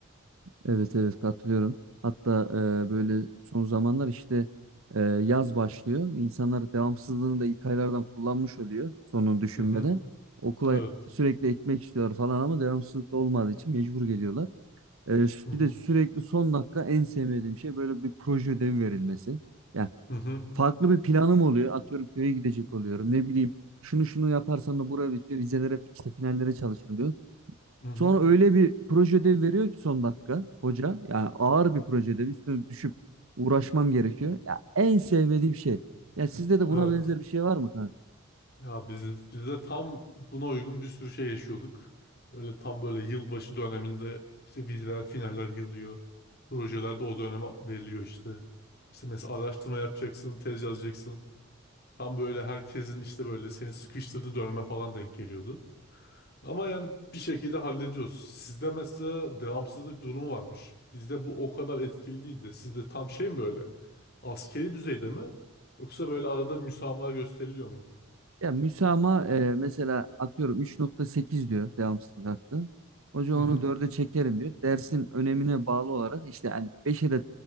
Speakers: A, on the right; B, on the left.
A: Evet evet katılıyorum. Hatta e, böyle son zamanlar işte e, yaz başlıyor. İnsanlar devamsızlığını da ilk aylardan kullanmış oluyor sonunu düşünmeden.
B: Hı hı.
A: Okula
B: Evet.
A: sürekli ekmek istiyorlar falan ama devamsızlık da olmadığı için mecbur geliyorlar. E,
B: Hı hı.
A: bir de sürekli son dakika en sevmediğim şey böyle bir proje ödevi verilmesi. Ya.
B: Hı hı.
A: farklı bir planım oluyor. Atıyorum köye gidecek oluyorum. Ne bileyim şunu şunu yaparsam da bura bitiyor. Vizelere işte finallere çalışırım diyor.
B: Hı hı.
A: Sonra öyle bir proje ödevi veriyor ki son dakika hoca. Yani ağır bir proje ödevi. Üstüne düşüp uğraşmam gerekiyor. Ya en sevmediğim şey. Ya sizde de buna
B: Evet.
A: benzer bir şey var mı kanka?
B: Ya biz, biz de tam buna uygun bir sürü şey yaşıyorduk. Böyle tam böyle yılbaşı döneminde işte vizeler, finaller yığılıyor. Projeler de o döneme veriliyor işte. İşte mesela araştırma yapacaksın, tez yazacaksın. Tam böyle herkesin işte böyle seni sıkıştırdığı döneme falan denk geliyordu. Ama yani bir şekilde hallediyoruz. Sizde mesela devamsızlık durumu varmış. Bizde bu o kadar etkili değil de sizde tam şey mi böyle? Askeri düzeyde mi? Yoksa böyle arada müsamaha gösteriliyor mu?
A: Ya müsamaha e, mesela atıyorum 3.8 diyor devamsızlık hakkı. Hoca
B: Hı
A: onu
B: hı.
A: dörde çekerim diyor. Dersin önemine bağlı olarak işte hani 5'e de